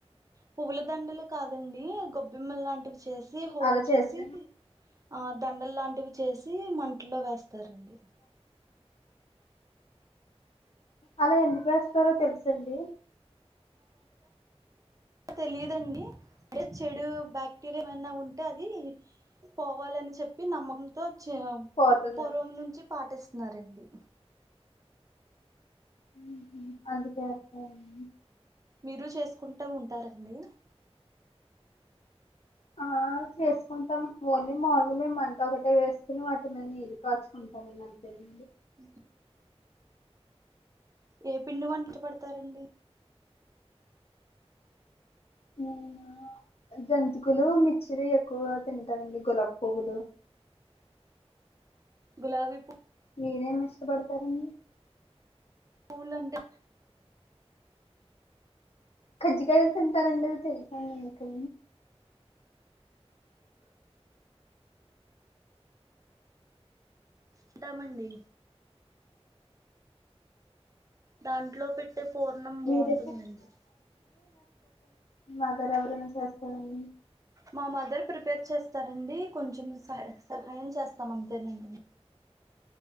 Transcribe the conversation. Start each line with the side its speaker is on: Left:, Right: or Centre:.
Right: పువ్వుల దండలు కాదండి గొబ్బిమ్మ లాంటివి చేసి హోలు
Left: అలా చేస్తే
Right: చేసి ఆహ్ దండలు లాంటివి. చేసి మంటలో వేస్. స్తారండి
Left: అలా ఎందుకు వేస్తారు. తెలుసండి.
Right: తెలిదండి అంటే చెడు బాక్టీరియా ఏమన్నా ఉంటే అది పోవాలని చెప్పి నమ్మకంతో. చెఆమ్
Left: పోతదని
Right: పూర్వం నుంచి పాటిస్. నరండి
Left: మ్మ్ హు అందుకే వస్తాయని
Right: మీరు చేసుకుంటా ఉంటారండి.
Left: ఆహ్హ్ చేసుకుంటాం ఓన్లీ మాల్ గ మేమ్ మంట ఒకటే వేస్కుని వాటి మీద నీళ్ళు కాచుకుంటాం అండి అంతేనండి.
Right: ఉహు ఏ పిండి వంట పెడతారండి.
Left: నేనా ఆహ్ జంతికులు మిచ్చిరి ఎక్కువ తింటాండి గులాపువ్వులు
Right: గులాబీ పూ
Left: మీరేమి ఇష్టపడతారండి.
Right: పూలంటే
Left: కజ్జికాయలు తింటారండి అవి తెలుసా అండి మీకు.
Right: ఉంటామండి దాంట్లో పెట్టే పూర్ణం బాగుంటుందండి
Left: మీరే మాదర్ ఎవరైనా చేస్తారండి
Right: మా మదర్ ప్రిపేర్ చేస్తారండి, కొంచెం సహ సహాయం చేస్తాం అంతేనండి